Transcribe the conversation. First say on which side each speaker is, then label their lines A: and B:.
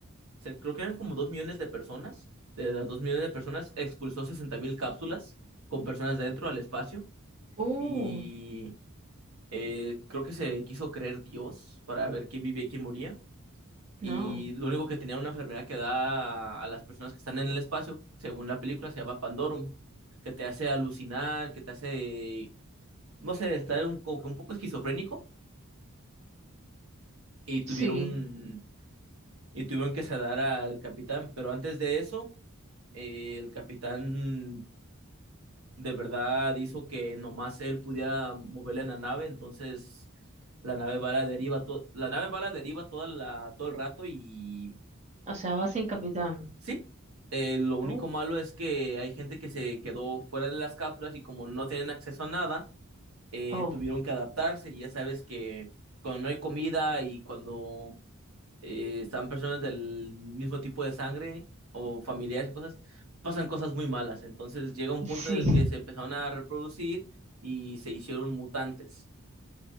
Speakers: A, on the right; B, on the right.
A: se- creo que eran como dos millones de personas. De las dos millones de personas, expulsó sesenta mil cápsulas con personas dentro al espacio.
B: Uh,
A: Y eh, creo que se quiso creer Dios para ver quién vivía y quién moría.
B: no.
A: Y lo único que tenía era una enfermedad que da a, a las personas que están en el espacio, según la película, se llama Pandorum, que te hace alucinar, que te hace, no sé, estar un, como que un poco esquizofrénico. Y
B: Sí.
A: tuvieron, y tuvieron que sedar al capitán, pero antes de eso, eh, el capitán de verdad hizo que nomás él pudiera moverle la nave, entonces la nave va a la deriva, to- la nave va a la deriva toda la, todo el rato y
B: O sea, va sin capitán.
A: sí, eh, lo único
B: Oh,
A: malo es que hay gente que se quedó fuera de las cápsulas y como no tienen acceso a nada, eh,
B: oh.
A: tuvieron que adaptarse y ya sabes que cuando no hay comida y cuando eh, están personas del mismo tipo de sangre o familiares y cosas, pasan cosas muy malas. Entonces llega un
B: <laughs>
A: punto en el
B: Sí.
A: que se empezaron a reproducir y se hicieron mutantes.